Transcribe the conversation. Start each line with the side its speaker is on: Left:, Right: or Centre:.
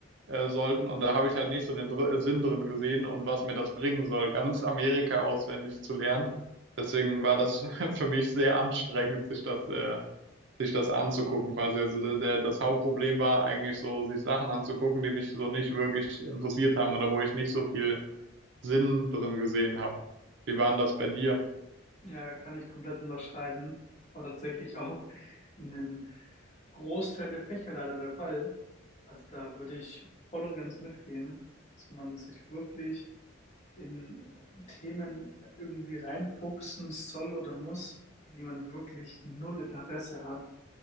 Right: äh, sollten. Und da habe ich halt nicht so den Dr äh, Sinn drin gesehen und was mir das bringen soll, ganz Amerika auswendig zu lernen. Deswegen war das <laughs> für mich sehr anstrengend, sich das äh, sich das anzugucken quasi. Also der, der, das Hauptproblem war eigentlich so, sich Sachen anzugucken, die mich so nicht wirklich interessiert haben oder wo ich nicht so viel Sinn drin gesehen habe. Wie war denn das bei dir?
Left: Ja, kann ich komplett unterschreiben. Das war tatsächlich auch in den Großteil der Fächer leider der Fall. Also da würde ich voll und ganz mitgehen, dass man sich wirklich in Themen irgendwie reinfuchsen soll oder muss, für die man wirklich null Interesse hat.